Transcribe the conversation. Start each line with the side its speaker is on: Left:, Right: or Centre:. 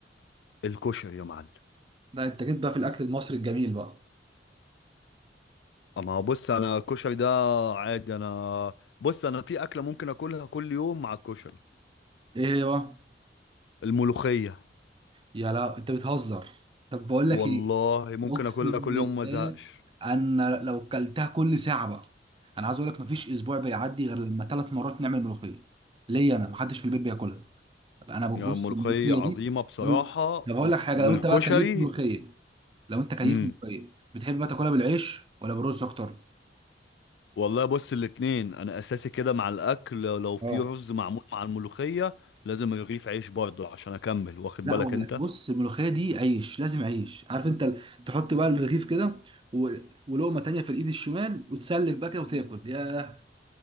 Left: الكشري يا معلم
Right: لا انت جيت بقى في الاكل المصري الجميل بقى
Left: اما بص انا الكشري ده عادي انا بص انا في اكلة ممكن اكلها كل يوم مع الكشري
Right: ايه هي بقى
Left: الملوخية
Right: يا لا انت بتهزر طب بقول
Left: والله
Right: لك ايه
Left: ممكن
Right: اقسم
Left: اكلها كل
Right: بالله
Left: يوم ما ازهقش
Right: انا لو كلتها كل ساعه بقى انا عايز اقول لك مفيش اسبوع بيعدي غير لما ثلاث مرات نعمل ملوخيه ليا انا محدش في البيت بياكلها انا ببص
Left: يعني ملوخية
Right: الملوخيه
Left: عظيمة
Right: دي
Left: بصراحة
Right: طب هقول
Left: و...
Right: لك حاجه
Left: والكشري
Right: لو انت بقى كيف ملوخيه لو انت كيف
Left: امم
Right: ملوخيه بتحب بقى تاكلها بالعيش ولا بالرز اكتر
Left: والله بص الاتنين انا اساسي كده مع الاكل لو في
Right: اه
Left: رز معمول مع الملوخية لازم رغيف عيش برضه عشان اكمل واخد
Right: لا
Left: بالك
Right: ولا
Left: انت
Right: بص الملوخيه دي عيش لازم عيش عارف انت ال- تحط بقى الرغيف كده و... ولقمه تانية في الايد الشمال وتسلك بقى كده وتاكل ياه